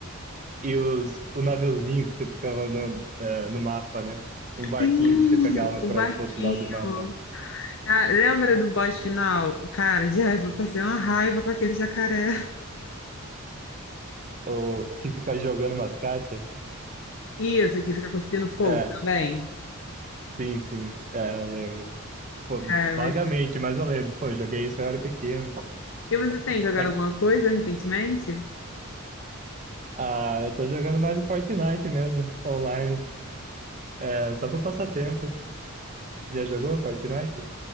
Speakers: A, on the right; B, on the left.
A: E os, o naviozinho que você ficava no, é, no mapa, né?
B: Sim,
A: Um barquinho que você pegava
B: o
A: para
B: barquinho.
A: ir pro outro lado do mapa,
B: Ah, lembra do boss final? Cara, Jeff, eu passei uma raiva com aquele jacaré.
A: ou que fica jogando umas caixas.
B: Isso, que fica cuspindo fogo
A: É,
B: também.
A: sim, sim, é, eu lembro. Pô,
B: Cara,
A: vagamente,
B: mas...
A: mas eu lembro. Pô, eu joguei isso, eu era pequeno.
B: E você tem jogado
A: É,
B: alguma coisa recentemente?
A: ah, eu tô jogando mais o Fortnite mesmo, online. É, só pra passar tempo. Já jogou Fortnite?